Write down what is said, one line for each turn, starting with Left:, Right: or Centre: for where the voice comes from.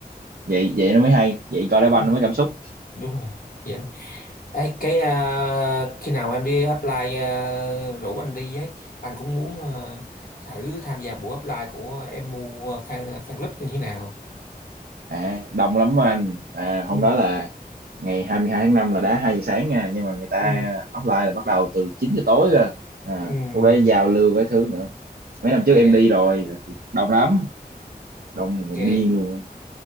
Right: vậy vậy nó mới hay vậy coi đá banh
Left: ừ,
Right: nó mới cảm xúc
Left: đúng rồi vậy Ấy, cái à, khi nào em đi apply à, rủ anh đi ấy anh cũng muốn à, thử tham gia buổi apply của em mua fan fan club như thế nào
Right: à đông lắm á anh à,
Left: ừ,
Right: hôm đó là ngày hai mươi hai tháng năm là đá 2 giờ sáng nha nhưng mà người ta
Left: ừ,
Right: offline là bắt đầu từ 9 giờ tối cơ à,
Left: ừ,
Right: lúc đấy giao lưu cái thứ nữa
Left: ok
Right: mấy năm trước em đi rồi là cũng đông lắm đông
Left: ok
Right: đông điên luôn á